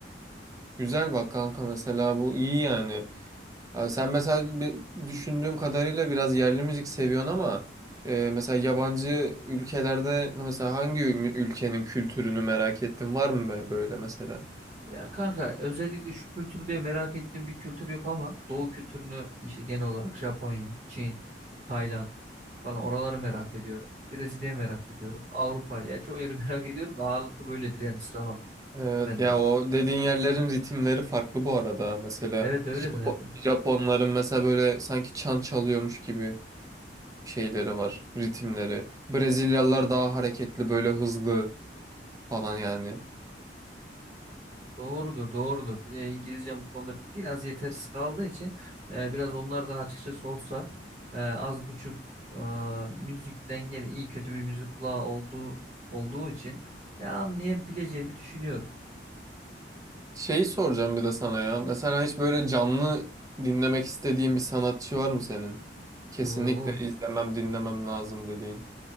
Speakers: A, on the right; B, on the right.
A: güzel bak kanka mesela bu iyi yani. Ee, Sen mesela bir- düşündüğüm kadarıyla biraz yerli müzik seviyorsun ama e, mesela yabancı ülkelerde mesela hangi ül- ülkenin kültürünü merak ettin var mı be- böyle mesela?
B: Ya kanka özellikle şu kültür diye merak ettiğim bir kültür yok ama Doğu kültürünü işte genel olarak Japonya, Çin, Tayland falan oraları merak ediyorum. Brezilya merak ediyorum. Avrupa ya çoğu yeri <laughs> merak ediyorum da ağırlıklı böyledir yani sıralama
A: Evet,
B: bende.
A: ya o dediğin yerlerin ritimleri farklı bu arada. Mesela
B: Evet öyle
A: Japo-
B: zaten.
A: Japonların mesela böyle sanki çan çalıyormuş gibi şeyleri var, ritimleri. Brezilyalılar daha hareketli, böyle hızlı falan yani.
B: Doğrudur, doğrudur. E, İngilizcem bu konuda biraz yetersiz kaldığı için e, biraz onlar da açıkçası olsa e, az buçuk e, müzikten gene iyi kötü bir müzik kulağı olduğu olduğu için e, anlayabileceğimi düşünüyorum.
A: Şeyi soracağım bir de sana ya. Mesela hiç böyle canlı dinlemek istediğin bir sanatçı var mı senin? Kesinlikle
B: Oo,
A: izlemem, dinlemem lazım dediğin.